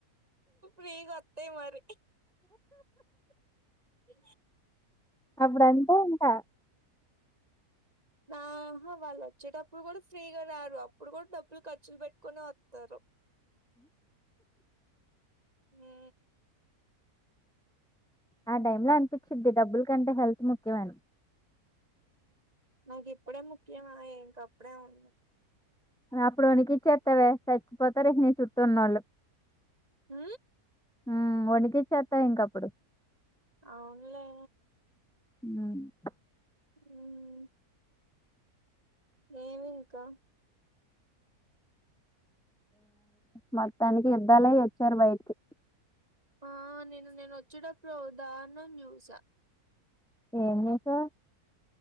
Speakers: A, on the right; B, in the centre.
A: ఫీ గొత్తాయి మరి ఎ
B: అప్పుడు అంతే ఇంకా
A: అ హా వాళ్ళు వోచ్చేటప్పుడు గూడా ఫ్రీగా రారు అప్పుడు గూడా డబ్బులు ఖర్చులు పెట్టుకొని ఓ. తరు హూ
B: ఆ టైమ్లో అనిపించిద్ది డబ్బుల కంటే హెల్త్ ముఖ్యమని
A: నాకు ఇప్పుడే ముఖ్యమాఏ ఇంక అప్పుడేఉంది
B: అప్పుడు నికిచ్చేస్తాలే చచ్చిపోతరే నీ చుట్టూ ఉన్నోళ్ళు.
A: ఊ
B: ఉ వకిచ్చ చేస్తా ఇంకప్పుడు
A: అవునులే
B: ఉ
A: ఉ ఏమి ఇంకా
B: మోత్తానికినికి యుద్దాలై ఒచ్చారు బయటికి
A: ఆ నేను నిన్న వొచ్చేటప్పుడు ఓ ధర్నామ్ జూసా.
B: ఏం జూసావ్.